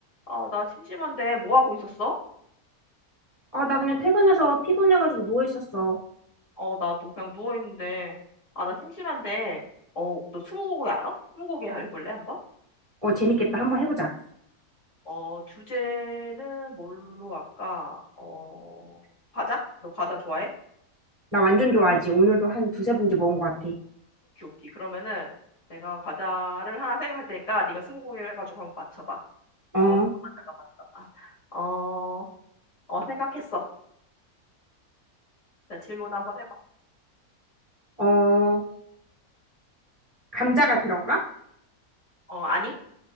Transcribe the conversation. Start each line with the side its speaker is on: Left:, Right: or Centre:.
Left: 아, 나 심심한데 뭐 하고 있었어?
Right: 아, 나 그냥 퇴근해서 피곤해가지고 누워 있었어.
Left: 어, 나도 그냥 누워 있는데. 아, 나 심심한데. 어, 너 스무고개 알아? 스무고개 해볼래 한번?
Right: 어, 재밌겠다. 한번 해보자.
Left: 어, 주제는 뭘로 할까? 어, 과자? 너 과자 좋아해?
Right: 나 완전 좋아하지. 오늘도 한 두세 봉지 먹은 것 같아.
Left: 오케이, 오케이. 그러면은 내가 과자를 하나 생각할 테니까 네가 스무고개를 해가지고 한번 맞춰봐.
Right: 어,
Left: 어, 잠깐만, 잠깐만, 잠깐만. 어, 어, 생각했어. 자, 질문 한번 해봐.
Right: 어, 감자가 들어가?
Left: 어, 아니?